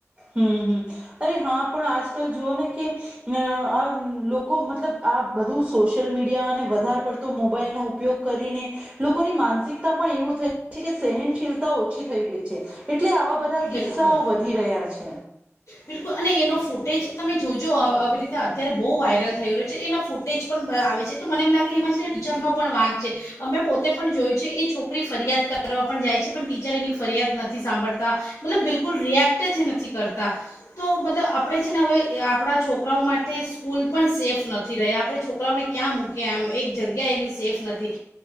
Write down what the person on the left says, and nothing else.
બિલકુલ
બિલકુલ અને એનો ફૂટેજ તમે જોજો આવી રીતે અત્યારે બહુ વાયરલ થઈ રહ્યો છે એના ફૂ ટેજ પણ આવે છે તો મને એમ લાગે એમાં છે ને ટીચરનો પણ વાંક છે અમે પોતે પણ જોયું છે એ છોકરી ફરિયાદ કરવા પણ જાય છે પણ ટીચર એની ફરિયાદ નથી સાંભળતી. મતલબ બિલકુલ રિએક્ટ જ નથી કરતા. તો મતલબ આપણે છે ને હવે આપણા છોકરાઓ માટે સ્કૂલ પણ સેફ નથી રહ્યા આપણે છોકરાઓને ક્યાં મૂકે એમ એક જગ્યા એવી સેફ નથી,